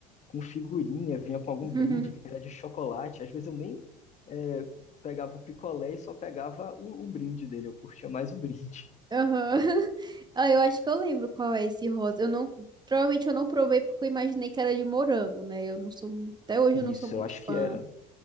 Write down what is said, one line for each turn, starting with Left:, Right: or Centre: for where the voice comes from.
Left: com figurinha, vinha com algum
Right: <laughs>
Left: brinde
Right: Uhum.
Left: que era de chocolate. Às vezes eu nem é, pegava o picolé e só pegava o, o brinde dele. Eu curtia mais o brinde.
Right: Aham. <laughs> Ah, eu acho que eu lembro qual é esse rosa. Eu não, provavelmente eu não provei porque eu imaginei que era de morango, né? Eu não sou, até hoje
Left: Isso,
Right: eu não sou muito
Left: eu acho que
Right: fã.
Left: era.